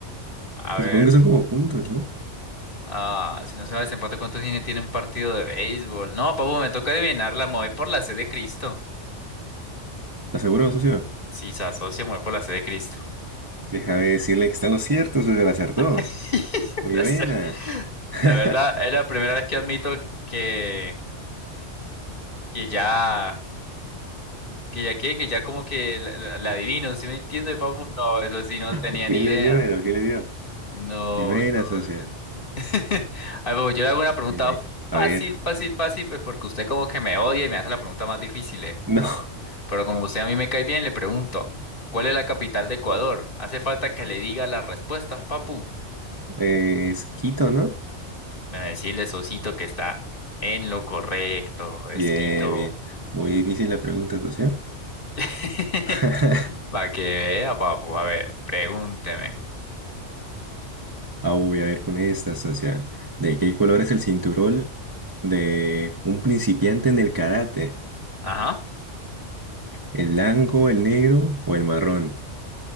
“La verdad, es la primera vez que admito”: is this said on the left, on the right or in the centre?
Left